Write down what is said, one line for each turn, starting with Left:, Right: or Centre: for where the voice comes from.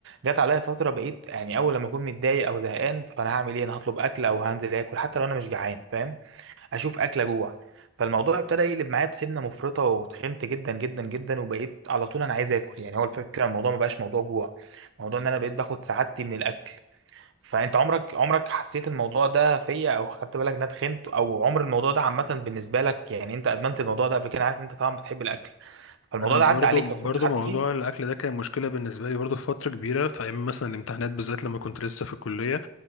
Right: جت عليا فتره بقيت يعني اول لما اكون متضايق او زهقان فانا هعمل ايه انا هطلب اكل او هنزل اكل حتى لو انا مش جعان فاهم هشوف اكل اجوع فالموضوع ابتدى يقلب معايا بسمنه مفرطه وتخنت جدا جدا جدا وبقيت على طول انا عايز اكل يعني هو الفكره الموضوع ما بقاش موضوع جوع الموضوع ان انا بقيت باخد سعادتي من الاكل فانت عمرك عمرك حسيت الموضوع ده فيا او خدت بالك ان انا اتخنت او عمر الموضوع ده عامه بالنسبه لك يعني انت ادمنت الموضوع ده قبل كده عارف إن انت طبعا بتحب الاكل فالموضوع
Left: انا
Right: ده
Left: برضو
Right: عدى عليك
Left: برضو
Right: او شفت حد
Left: موضوع
Right: فيه
Left: الاكل ده كان مشكله بالنسبه لي برضو في فتره كبيره في ايام مثلا الامتحانات بالذات لما كنت لسه في الكليه